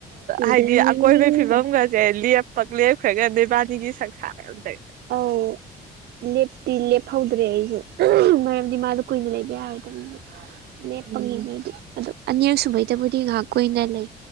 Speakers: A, on the right; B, on the right.
A: ꯇꯤꯔꯤꯡꯂꯤꯡꯂꯤꯡꯒ
B: ꯍꯥꯏꯗꯤ ꯑꯀꯣꯏꯕꯒꯤ ꯐꯤꯕꯝꯒꯁꯦꯞ ꯄꯛꯂꯦꯞꯈ꯭ꯔꯒ ꯅꯦꯕꯥꯅꯤꯒꯤ ꯁꯪꯁꯥꯔ ꯑꯃꯇ
A: ꯑꯧ ꯂꯦꯞꯇꯤ ꯂꯦꯞꯍꯧꯗ꯭ꯔꯦ ꯑꯩꯁꯨ ꯃꯔꯝꯗꯤ ꯃꯥꯗꯣ ꯀꯨꯏꯅ ꯂꯩꯕ ꯌꯥꯔꯣꯏꯗꯕꯗ ꯂꯦꯞꯄꯒꯤꯕꯗꯤ
B: ꯎꯝ
A: ꯑꯗꯣ ꯑꯅꯦꯛ ꯁꯕꯩꯗꯕꯨꯗꯤ ꯉꯥꯏꯍꯥꯛ ꯀꯨꯏꯅ ꯂꯩ